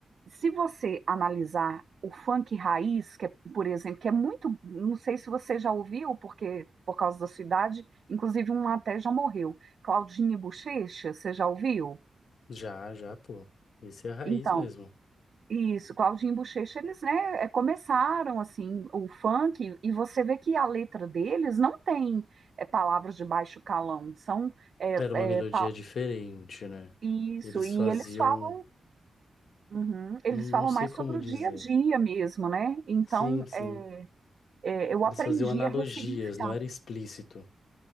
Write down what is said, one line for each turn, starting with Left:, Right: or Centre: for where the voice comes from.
Right: se você analisar o funk raiz, que é, por exemplo, que é muito, não sei se você já ouviu, porque por causa da sua idade, inclusive um até já morreu, Claudinho e Bochecha, você já ouviu?
Left: Já, já, pô. Esse é a raiz
Right: Então,
Left: mesmo.
Right: isso, Claudinho e Bochecha, eles, né, é, começaram, assim, o funk, e você vê que a letra deles não tem é, palavras de baixo calão, são é,
Left: Era uma melodia
Right: é, pa-
Left: diferente, né?
Right: isso,
Left: Eles
Right: e
Left: faziam,
Right: eles falam Uhum. Eles
Left: não
Right: falam
Left: sei
Right: mais
Left: como
Right: sobre
Left: dizer.
Right: o dia a dia mesmo, né? Então,
Left: Sim, sim.
Right: é, é, eu
Left: Eles
Right: aprendi
Left: faziam analogias,
Right: a ressignificar.
Left: não era explícito.